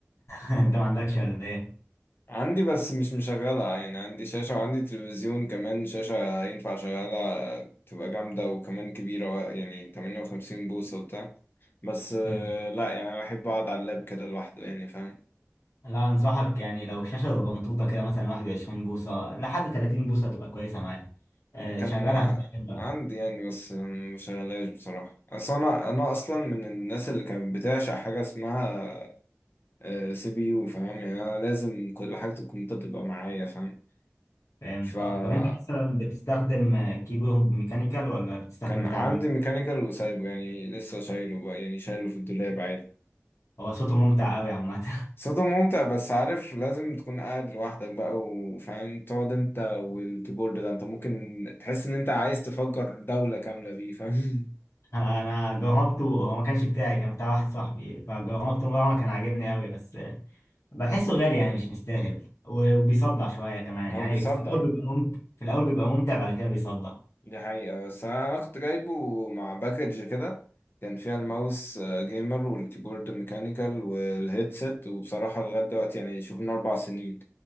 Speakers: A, on the left; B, on the left.
A: انت ما عندكش ولا ايه؟
B: <laughs> عندي بس مش مشغلة يعني عندي شاشة وعندي تلفزيون كمان شاشة ينفع شغالة تبقى جامدة وكمان كبيرة يعني 58 بوصة وبتاع بس آه،
A: مم.
B: لا يعني أنا بحب أقعد على اللاب كده لوحده يعني فاهم
A: لا انصحك يعني لو شاشة صغنطوطة كده مثلا 21 بوصة لحد 30 بوصة تبقى كويسة معاك آه
B: كان
A: تشغلها تشغلها.
B: عندي يعني بس مشغلاش بصراحة أصل أنا أنا أصلا من الناس اللي كانت بتعشق حاجة اسمها سي بي يو فاهم يعني أنا لازم كل حاجة الكمبيوتر تبقى معايا فاهم
A: فهمت
B: فكان
A: اه طب انت مثلا بتستخدم آه، كيبورد ميكانيكال ولا بتستخدم
B: عندي
A: بتاع ال-
B: ميكانيكال وسايبه يعني لسه شايله بقى يعني شايله في الدولاب عادي
A: هو صوته ممتع قوي عامة
B: صوته ممتع بس عارف لازم تكون قاعد لوحدك بقى وفاهم تقعد انت والكيبورد ده انت ممكن تحس ان انت عايز تفجر دولة كاملة فيه فاهم
A: انا جربته هو ما كانش بتاعي كان بتاع واحد صاحبي فجربته مره كان عاجبني قوي بس بحسه غالي يعني مش مستاهل وبيصدع شويه كمان
B: <laughs> هو
A: يعني
B: بيصدع
A: في الاول بيبقى ممتع في الاول بيبقى ممتع بعد كده بيصدع
B: دي حقيقة بس أنا كنت جايبه مع باكج كده كان فيها الماوس آه، جيمر والكيبورد ميكانيكال والهيدسيت وبصراحة لغاية دلوقتي يعني شوف من أربع سنين